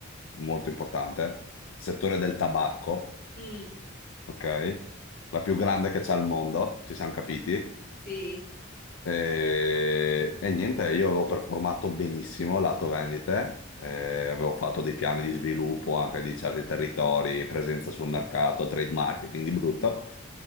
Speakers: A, on the left; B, on the left.
A: molto importante, settore del tabacco,
B: Mm.
A: ok? La più grande che c'è al mondo, ci siamo capiti?
B: Eh, Sì.
A: E, e niente, io avevo performato benissimo lato vendite, eh, avevo fatto dei piani di sviluppo anche di certi territori, presenza sul mercato, trade marketing di brutto,